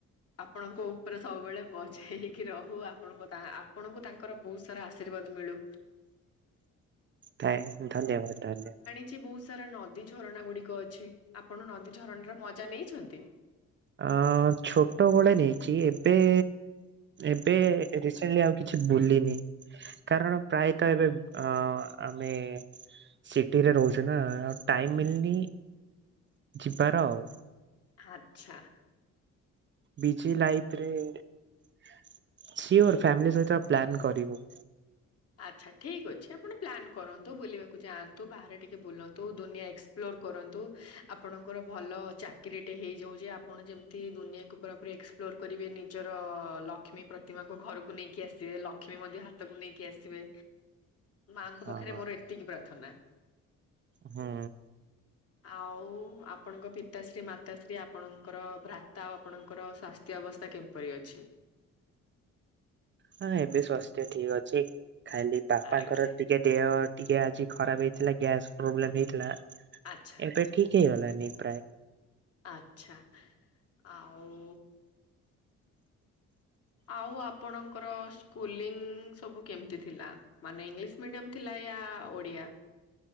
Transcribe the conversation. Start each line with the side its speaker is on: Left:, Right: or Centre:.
Left: ଆପଣଙ୍କ ଉପରେ ସବୁବେଳେ ବଜେଇ ହେଇକି ରହୁ। ଆପଣ ତା ଆପଣଙ୍କୁ ତାଙ୍କ ତାଙ୍କର ବହୁତ ସାରା ଆଶୀର୍ବାଦ ମିଳୁ।
Right: ଥ୍ୟାଙ୍କ ଧନ୍ୟବାଦ, ଧନ୍ୟବାଦ।
Left: ଅଛି, ବହୁତ ସାରା ନଦୀ ଝରଣା ଗୁଡିକ ଅଛି। ଆପଣ ନଦୀ ଝରଣାର ମଜା ନେଇଛନ୍ତି?
Right: ଅଁ, ଛୋଟବେଳେ ନେଇଛି। ଏବେ ଏବେ ରିସେଣ୍ଟଲି ଆଉ କିଛି ବୁଲିନି। କାରଣ ପ୍ରାୟତଃ ଏବେ ଅ ଆମେ ସିଟିରେ ରହୁଚୁ ନା ଆଉ ଟାଇମିଂ ମିଳିନି, ଯିବାର ଆଉ।
Left: ଆଚ୍ଛା।
Right: ବିଜି ଲାଇରେ। ସିଓର୍, ଫ୍ୟାମିଲି ସହିତ ପ୍ଲାନ୍ କରିବୁ।
Left: ଆଚ୍ଛା। ଠିକ୍ ଅଛି, ଆପଣ ପ୍ଲାନ୍ କରନ୍ତୁ। ବୁଲିବାକୁ ଯାଆନ୍ତୁ। ବାହାରେ ଟିକେ ବୁଲନ୍ତୁ। ଦୁନିଆ ଏକ୍ସ ପ୍ଲୋର କରନ୍ତୁ। ଆପଣଙ୍କର ଭଲ ଚାକିରିଟେ ହେଇଯାଉ ଯେ, ଆପଣ ଯେମିତି ଦୁନିଆକୁ ପୁରାପୁର ଏକ୍ସପ ପ୍ଲୋର କରିବେ। ନିଜର ଲକ୍ଷ୍ମୀ ପ୍ରତିମାକୁ ଘରକୁ ନେଇକି ଆସିବେ। ଲକ୍ଷ୍ମୀ ମଧ୍ୟ ହାତକୁ ନେଇକି ନେଇକି ଆସିବେ। ମାଙ୍କ
Right: ହଁ।
Left: ପାଖରେ ମୋର ଏତିକି ପ୍ରାର୍ଥନା।
Right: ହୁଁ
Left: ଆଉ ଆପଣଙ୍କ ପିତାଶ୍ରୀ, ମାତାଶ୍ରୀ, ଆପଣଙ୍କର ଭ୍ରାତା ଆଉ ଆପଣଙ୍କର ସ୍ଵା ସ୍ଥ୍ୟ ଅବସ୍ଥା କିପରି ଅଛି?
Right: ହଁ, ଏବେ ସ୍ୱାସ୍ଥ୍ୟ ଠିକ ଅଛି। ଖାଲି ବାପାଙ୍କରେ
Left: ଆଜ୍ଞା
Right: ଟି ଦେହ ଟିକେ ଆଜି ଖରାପ ହେଇଥିଲା। ଗ୍ୟାସ୍ ପ୍ରୋବ୍ଲେମ ହେଇଥିଲା।
Left: ଆଚ୍ଛା
Right: ଏବେ ଠିକ ହେଇ ଗଲାନି ପ୍ରାୟେ।
Left: ଆଚ୍ଛା, ଆଉ ଆଉ ଆପଣଙ୍କର ସ୍କୁଲିଂ ସବୁ କେମିତି ଥିଲା? ମାନେ ଇଂଲିଶ ମିଡିୟମ ଥିଲା, ୟା ଓଡିଆ?